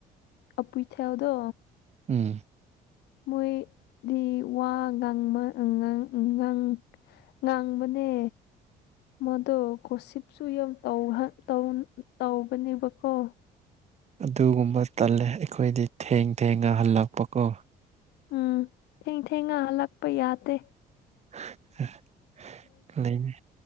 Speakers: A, on the left (about 80°); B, on the right (about 40°).
A: ꯑꯄꯨꯏꯊꯦꯜꯗꯣ
B: ꯎꯝ
A: ꯃꯣꯏ ꯗꯤ ꯋꯥ ꯉꯥꯡꯕ ꯉꯥꯡ ꯉꯪ ꯉꯥꯡꯕꯅꯦ ꯃꯥꯗꯣ ꯀꯣꯁꯤꯞꯁꯨ ꯌꯥꯝ ꯇꯧꯍ ꯇꯧꯟ ꯇꯧꯕꯅꯦꯕ ꯍꯣ
B: ꯑꯗꯨꯒꯨꯝꯕ ꯇꯜꯂꯦ ꯑꯩꯈꯣꯏꯗꯤ ꯊꯦꯡ ꯊꯦꯡꯉꯥ ꯍꯜꯂꯛꯄꯀꯣ
A: ꯎꯝ ꯊꯦꯡ ꯊꯦꯡ ꯉ ꯍꯜꯂꯛꯄ ꯌꯥꯇꯦ
B: <unintelligible> <inaudible> ꯂꯩꯅꯦ